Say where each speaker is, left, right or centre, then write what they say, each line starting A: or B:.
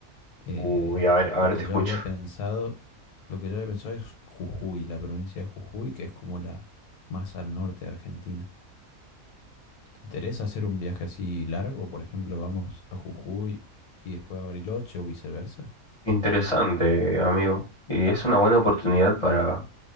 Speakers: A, on the left; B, on the left.
A: Eh,
B: Uy, a ver,
A: lo
B: a ver,
A: que
B: te
A: yo
B: escucho.
A: había pensado, lo que yo había pensado es Jujuy, la provincia de Jujuy, que es como la más al norte de Argentina. ¿Te interesa hacer un viaje así largo? Por ejemplo, vamos a Jujuy y después a Bariloche o viceversa.
B: Interesante, amigo. Y es una buena oportunidad para,